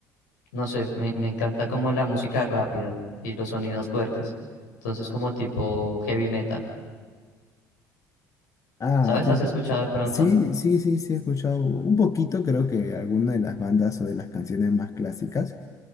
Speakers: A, on the left (about 85°); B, on the left (about 35°).
A: no sé, me, me encanta como la música rápida y los sonidos fuertes. Entonces, como tipo heavy metal.
B: Ah,
A: ¿Sabes?
B: te-
A: ¿Has escuchado de pronto?
B: sí, sí, sí, sí, he escuchado un poquito, creo que alguna de las bandas o de las canciones más clásicas.